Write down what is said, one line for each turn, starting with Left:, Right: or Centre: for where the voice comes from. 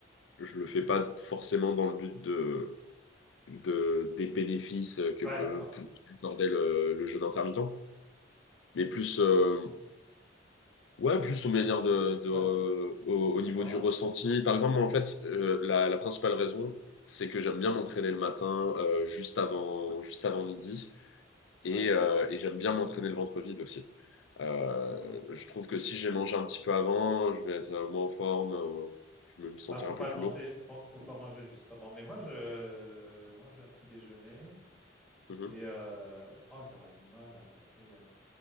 Left: je le fais pas forcément dans le but de, de, des bénéfices que
Centre: Ouais,
Left: peut,
Centre: d'accord.
Left: peut accorder le, le jeûne intermittent, mais plus, euh,
Centre: Mmh
Left: ouais, plus aux manière de,
Centre: Ouais,
Left: de, au, au
Centre: d'accord,
Left: niveau du ressenti.
Centre: ouais.
Left: Par exemple, moi, en fait, euh, la, la principale raison, c'est que j'aime bien m'entraîner
Centre: Mmh
Left: le matin, euh, juste avant, juste avant midi, et,
Centre: Ouais,
Left: euh, et j'aime bien m'entraîner le ventre vide aussi. Euh,
Centre: d'accord.
Left: je
Centre: Mmh
Left: trouve que si j'ai mangé un petit peu avant, je vais être euh, moins en forme, euh, je vais me sentir
Centre: Ah, faut
Left: un
Centre: pas
Left: peu plus
Centre: manter
Left: lourd.
Centre: pan faut pas manger juste avant. Mais moi, je mange un petit déjeuner
Left: Mhm.
Centre: et heu, oh, j'aurais du mal à passer à